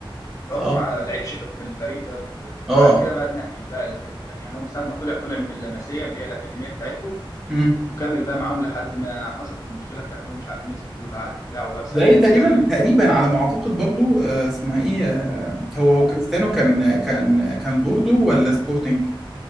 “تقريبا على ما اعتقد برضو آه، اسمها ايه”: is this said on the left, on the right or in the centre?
Centre